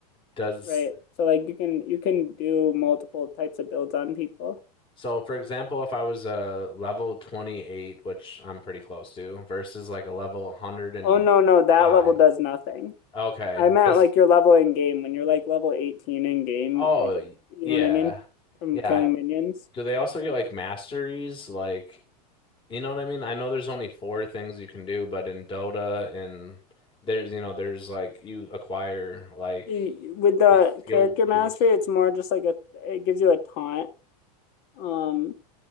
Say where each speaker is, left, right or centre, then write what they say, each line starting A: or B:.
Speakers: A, on the left; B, on the left.
A: Does
B: right? So like you can you can do multiple types of builds on people.
A: so for example, if I was a level 28, which I'm pretty close to, versus like a level 105.
B: Oh no no that level does nothing.
A: Okay.
B: I meant
A: Because
B: like your level in game when you're like level 18 in game,
A: oh,
B: like
A: y-
B: you
A: yeah.
B: know what I mean from
A: Yeah.
B: killing minions.
A: Do they also get like masteries? Like, you know what I mean? I know there's only four things you can do, but in Dota and there's, you know, there's like you acquire like
B: With the
A: These skill
B: character
A: boost.
B: mastery, it's more just like a it gives you a taunt Um,